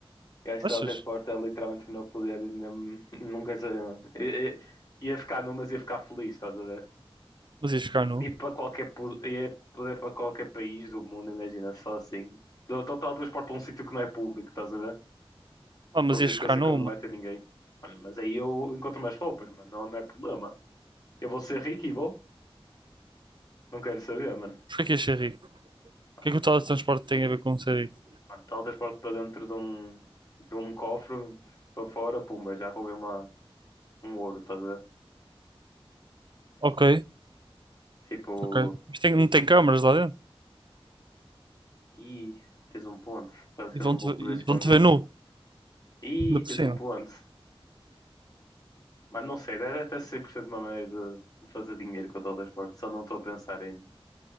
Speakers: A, on the left (about 40°); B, on the right (about 50°).
A: Eu acho
B: Achas?
A: que teletransporte é literalmente o meu poder, mesmo, <laughs> não quero saber, mano. I- i- Ia ficar numas, ia ficar feliz, estás a ver?
B: Mas ias ficar nu?
A: E, e para qualquer, po- ia poder para qualquer país do mundo, imagina, só assim. Dou, dou teletransporte para um sítio que não é público, estás a ver?
B: Ah, mas
A: Para um sítio
B: ias
A: que
B: ficar
A: eu sei
B: nu,
A: que não
B: mano.
A: vai ter ninguém. Mano, mas aí eu encontro mais roupas, mano, não, não é problema. Eu vou ser rico e vou, não quero saber, mano.
B: Porquê que ias ser rico? O
A: Mano,
B: que é que o teletransporte tem a ver com ser rico?
A: mano, teletransporte para dentro de um, de um cofre, para fora, pumba, já roubei uma, um ouro, estás a ver?
B: Ok,
A: Tipo.
B: ok. Mas tem- não tem câmaras lá dentro?
A: Ih, tens um ponto. Quase
B: E
A: que eu
B: vão-te
A: não vou
B: ver-
A: poder
B: e
A: esconder.
B: vão-te ver nu,
A: Ih,
B: ainda por
A: tens
B: cima.
A: um ponto. Mas não sei, deve ter 100% uma maneira de, de fazer dinheiro com o teletransporte. Só não estou a pensar ainda.